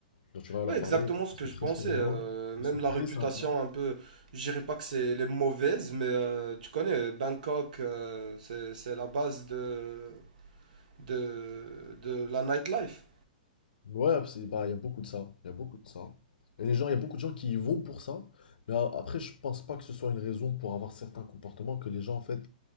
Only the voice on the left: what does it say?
Donc, tu vas leur
parler,
ils sont
très
souriants,
ils sont
très
sympas.
Ouais, c'est- bah, il y a beaucoup de ça, il y a beaucoup de ça. Et les gens, il y a beaucoup de gens qui y vont pour ça, mais euh, après, je pense pas que ce soit une raison pour avoir certains comportements que les gens, en fait,